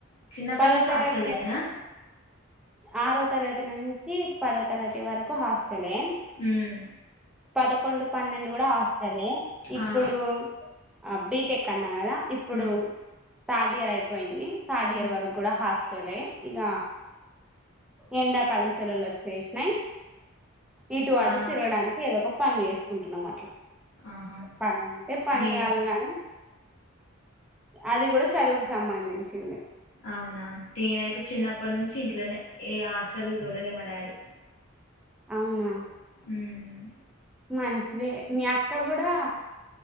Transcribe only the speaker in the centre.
పదో
తరగతి
వరకు ఆరో తరగతి నుంచి పదో. తరగతి వరకు హాస్టలే.
పదకొండు పన్నెండు కూడా హాస్టలే ఇప్పుడు
ఆహ్ బిటెక్ అన్నా కదా ఇప్పుడు
థార్డ్ ఇయర్ అయిపొ. పోయింది థర్డ్ ఇయర్
వరకు కూడా హాస్టలే, ఇగ ఎండాకాలం సెలవులు వచ్చేసినాయి. ఇటు అటు
తిరడానికి ఏదో ఒక పని జేసుకుంటున్నాం అట్లా
పని అంటే పని
గాదు గాని అది కూడా చదువుకు సంబంధించిందే.
అవునా
మంచిదే మీ అ అక్క కూడా